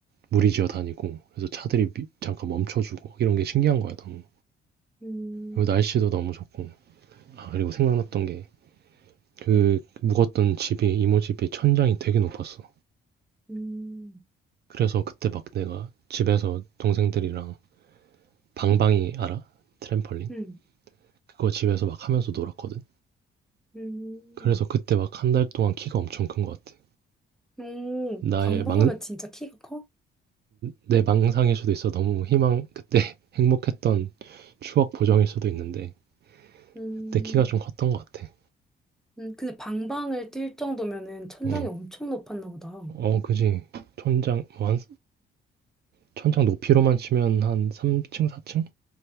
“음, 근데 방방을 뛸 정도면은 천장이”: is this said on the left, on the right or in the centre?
Centre